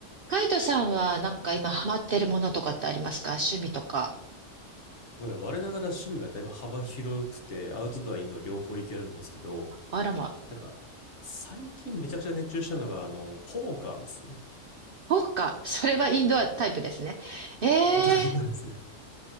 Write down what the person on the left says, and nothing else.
僕ね我ながら趣味がだいぶ幅広くて、アウトドア、インドア両方いけるんですけど、
なんか、最近めちゃくちゃ熱中したのが、あの、ポーカーですね。
お互いのですね。